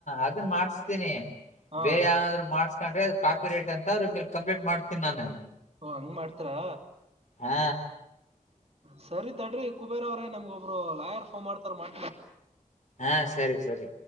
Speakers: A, on the left (about 60°); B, on the right (about 45°).
A: ಅದನ್ನ ಮಾಡಸ್ತೀನಿ
B: ಹಾ
A: ಬೇರೆ ಯಾವನಾದ್ರು ಮಾಡ್ಸ ಅ ಕಾಪ ರೇಟ್ ಅ ಅವ್ರ ಮೇಲೆ ಕಂಪ್ಲೇಟ್ ಮಾಡ್ತೀ ನಾನು
B: ಓ ಹಂಗ ಮಾಡ್ತಾರಾ
A: ಹಾ
B: ಸರಿತಡ್ರಿ ಕುಬೇರ ಅವ್ರೇ ನಮ್ಗೊಬ್ಬರು ಲಾಯರ್ ಫೋನ್ ಮಾಡ್ತಾರ ಮಾ
A: ಹಾ ಸರಿ ಸರಿ